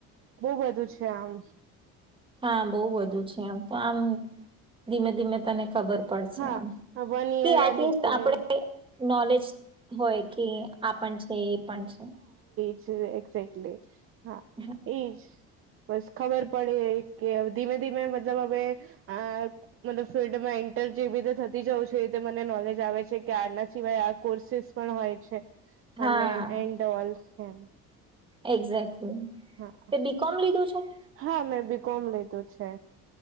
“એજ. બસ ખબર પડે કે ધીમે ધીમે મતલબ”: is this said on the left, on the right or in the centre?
Right